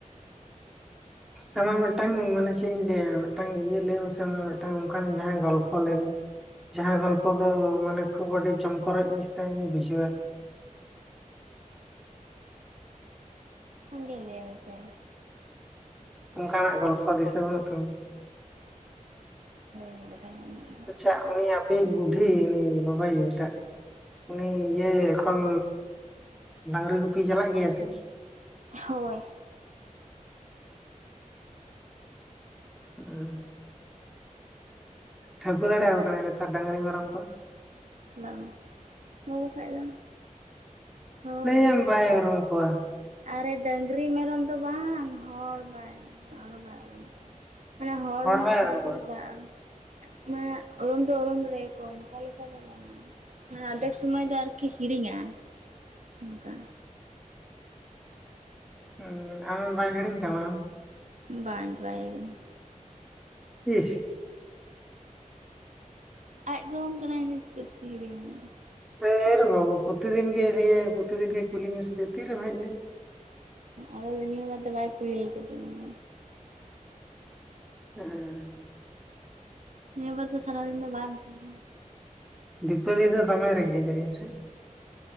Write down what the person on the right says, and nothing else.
ᱟᱢᱜᱮ ᱞᱟᱹᱭ ᱢᱮ ᱥᱮ
ᱵᱟᱰᱟᱭ ᱵᱟᱱᱩᱜ-ᱟ ᱤᱧᱟᱹᱜ ᱫᱚ
ᱦᱳᱭ
ᱵᱟᱝ ᱦᱮᱸ ᱵᱟᱠᱷᱟᱡ ᱫᱚ ᱦᱳᱭ
ᱟᱨᱮ ᱰᱟᱹᱟᱝᱨᱤ ᱢᱮᱨᱚᱢ ᱫᱚ ᱵᱟᱝ ᱦᱚᱲ ᱵᱟᱭ ᱢᱟᱱᱮ ᱵᱟᱭ ᱩᱨᱩᱢᱚᱜᱼᱟ᱾ ᱢᱟᱱᱮ ᱦᱚᱲ ᱩᱱᱟᱹᱜ
ᱪᱟᱬᱮ
ᱪᱟᱬᱮ ᱵᱟᱝ ᱢᱟᱱᱮ ᱳᱨᱳᱢ ᱫᱚ ᱳᱨᱳᱢ ᱫᱟᱲᱮ ᱭᱟᱠᱚᱣᱟᱢ ᱚᱝᱠᱟ ᱞᱮᱠᱟ ᱫᱚ ᱵᱟᱝ᱾ ᱢᱟᱱᱮ ᱟᱨᱫᱷᱮᱠ ᱥᱚᱢᱟᱹᱭ ᱫᱚ ᱟᱨᱠᱤ ᱦᱤᱲᱤᱧ ᱟᱭ ᱚᱱᱠᱟ
ᱵᱟᱝ <unintelligible>
ᱟᱡ ᱜᱚᱲᱚᱢ ᱠᱟᱱᱟᱭ ᱤᱧ ᱫᱚ ᱪᱤᱠᱟᱹᱛᱮ ᱦᱤᱲᱤᱧᱟᱹ᱾
ᱟᱫᱚ ᱱᱤᱭᱟᱹ ᱵᱟᱨ ᱫᱚ ᱵᱟᱭ ᱠᱩᱞᱤᱭ ᱠᱟᱫᱤᱧᱟ
ᱱᱤᱭᱟᱹᱵᱟᱨ ᱫᱚ ᱥᱟᱨᱟ ᱫᱤᱱ ᱫᱚ ᱵᱟᱢ ᱢᱤᱛᱟᱹᱧ ᱠᱟᱱᱟ